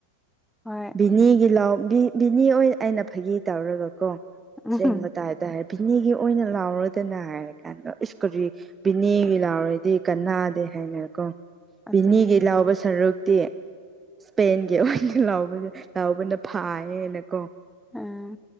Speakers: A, in the centre; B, on the right (about 20°).
A: ꯍꯣꯏ
B: ꯕꯤꯅꯤꯒꯤ ꯂꯥꯎ ꯕꯤꯅꯤ ꯑꯩꯅ ꯐꯥꯒꯤ ꯇꯧꯔꯒ ꯣ
A: ꯎꯝ
B: ꯁꯦ ꯇꯥꯏꯗ ꯍꯥꯏꯦ ꯕꯤꯅꯦꯒꯤ ꯑꯣꯏꯅ ꯂꯥꯎꯔꯗꯅ ꯍꯥꯏꯔ ꯀꯥꯟꯗ ꯏꯁꯀꯨꯔꯤ ꯕꯤꯅꯦꯒꯤ ꯂꯥꯎꯔꯗꯤ ꯀꯅꯥꯗꯦ ꯍꯥꯏꯅ ꯚꯕꯤꯅꯤꯒꯤ
A: ꯑꯗꯨꯅꯤ
B: ꯂꯥꯎꯕ ꯁꯔꯨꯛꯇꯤ ꯏꯁꯄꯦꯟꯒꯤ ꯑꯣꯏꯅ ꯂꯥꯎ ꯂꯕꯅ ꯐꯥꯏꯌꯦꯦꯅꯀꯣ
A: ꯑꯥ